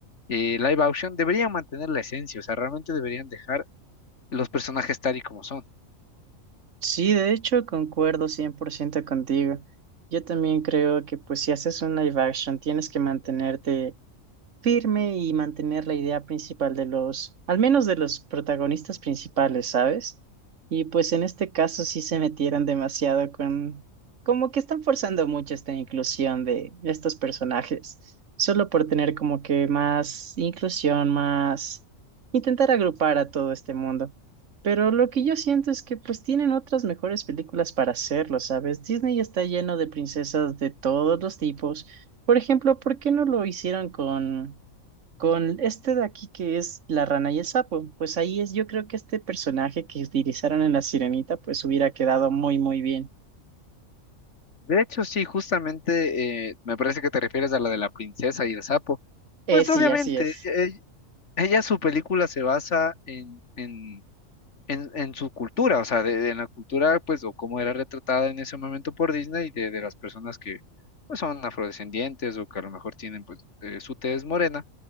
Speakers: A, on the left (about 60°); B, on the right (about 65°).
A: eh, live action, deberían mantener la esencia, o sea, realmente deberían dejar los personajes tal y como son.
B: Sí, de hecho, concuerdo 100% contigo. Yo también creo que pues si haces un live action tienes que mantenerte firme y mantener la idea principal de los, al menos de los protagonistas principales, ¿sabes? Y pues en este caso sí se metieron demasiado con, como que están forzando mucho esta inclusión de estos personajes, solo por tener como que más inclusión, más intentar agrupar a todo este mundo. Pero lo que yo siento es que pues tienen otras mejores películas para hacerlo, ¿sabes? Disney está lleno de princesas de todos los tipos. Por ejemplo, ¿por qué no lo hicieron con con este de aquí que es la rana y el sapo, pues ahí es, yo creo que este personaje que utilizaron en La Sirenita, pues hubiera quedado muy, muy bien.
A: De hecho, sí, justamente eh, me parece que te refieres a la de la princesa y el sapo.
B: Eh,
A: Pues
B: sí,
A: obviamente,
B: así es.
A: eh, Ella, su película se basa en, en, en, en su cultura, o sea, de, de- la cultura, pues, o cómo era retratada en ese momento por Disney, de, de las personas que, pues, son afrodescendientes o que a lo mejor tienen, pues, eh, su tez morena.